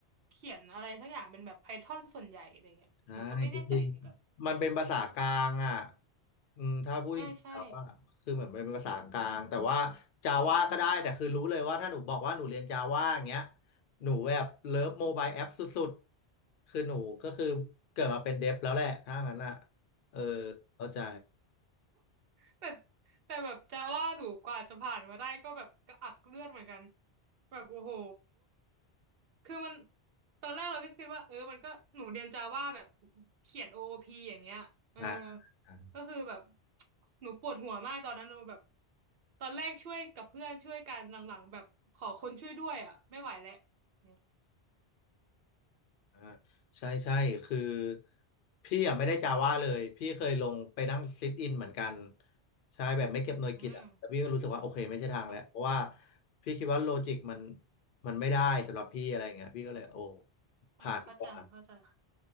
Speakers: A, on the right (about 65°); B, on the left (about 60°).
A: เขียนอะไรสักอย่างเป็นแบบไพทอนส่วนใหญ่อะไรเงี้ยหนูก็ไม่แน่ใจเหมือนกัน
B: ใช่จริงๆมันเป็นภาษากลางอ่ะอืมถ้าพูดจริงๆแล้วว่าคือเหมือนเป็นภาษากลางแต่ว่าจาว่าก็ได้แต่คือรู้เลยว่าถ้าหนูบอกว่าหนูเรียนจาว่าอย่างเงี้ย
A: ใช่ใช่
B: หนูแบบเลิฟโมบายแอปสุดๆคือหนูก็คือเกิดมาเป็นเดฟแล้วแหละถ้างั้นอ่ะเออเข้าใจ
A: แต่แต่แบบจะว่าหนูกว่าจะผ่านมาได้ก็แบบกระอักเลือดเหมือนกันแบบโอ้โหคือมันตอนแรกเราก็คิดว่าเออมันก็หนูเรียนจาว่าแบบเขียน OOP อโอพีอย่างเงี้ยเออ
B: อ่า
A: ก็คือแบบหนูปวดหัวมากตอนนั้นหนูแบบตอนแรกช่วยกับเพื่อนช่วยกันหลังๆแบบขอคนช่วยด้วยอ่ะไม่ไหวแล้วเนี่ย
B: อ่าใช่ใช่คือพี่อ่ะไม่ได้จาว่าเลยพี่เคยลงไปนั่งซิทอินเหมือนกันใช่แบบไม่เก็บหน่วยกิตอ่ะแต่พี่ก็รู้สึกว่าโอเคไม่ใช่ทางแล้วเพราะว่า
A: อืมอ่ะ
B: พี่คิดว่าโลจิกมันมันไม่ได้สำหรับพี่อะไรอย่างเงี้ยพี่ก็เลยโอ้ผ่านดีกว่า
A: อ่าเข้าใจเข้าใจค่ะ